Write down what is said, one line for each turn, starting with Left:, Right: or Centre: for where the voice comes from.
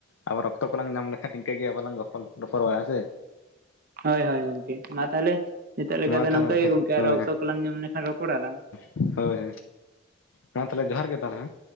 Left: ᱟᱵᱟᱨ ᱚᱠᱛᱚ ᱠᱚ ᱞᱟᱝ ᱧᱟᱢ ᱞᱮᱠᱷᱟᱱ ᱱᱤᱝᱠᱟᱹ ᱜᱮ ᱟᱵᱟᱨ ᱞᱟᱝ ᱜᱚᱯᱚᱞ ᱨᱚᱯᱚᱲ ᱚᱜ-ᱟ ᱦᱮᱸ ᱥᱮ᱾
Right: ᱦᱳᱭ, ᱦᱳᱭ ᱜᱚᱝᱠᱮ ᱢᱟ ᱛᱟᱦᱞᱮ ᱱᱤᱛᱚᱜ ᱞᱮᱠᱟ
Left: ᱢᱟ
Right: ᱫᱚ
Left: ᱛᱟᱦᱚᱞᱮ
Right: ᱱᱚᱝᱠᱟ ᱜᱮ ᱜᱚᱝᱠᱮ
Left: ᱦᱳᱭ
Right: ᱟᱨᱚ ᱚᱠᱛᱚ ᱠᱚ ᱞᱟᱝ ᱧᱩᱢ ᱞᱮᱠᱷᱟᱱ ᱨᱚᱯᱚᱲ ᱟᱞᱟᱝ᱾
Left: ᱦᱳᱭ, ᱦᱳᱭ ᱢᱟ ᱛᱟᱞᱦᱮ ᱡᱚᱦᱟᱨ ᱜᱮ ᱛᱟᱞᱦᱮ ᱦᱮᱸ᱾